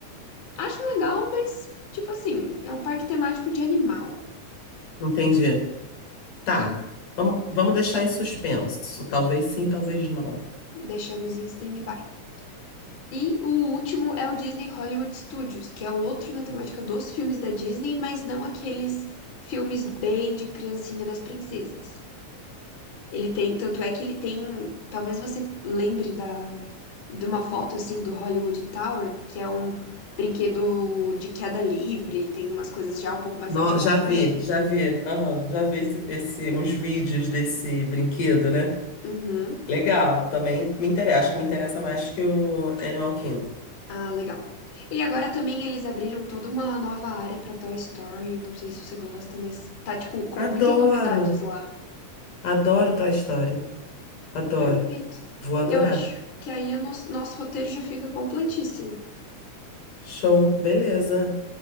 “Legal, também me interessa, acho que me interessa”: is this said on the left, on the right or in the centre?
Left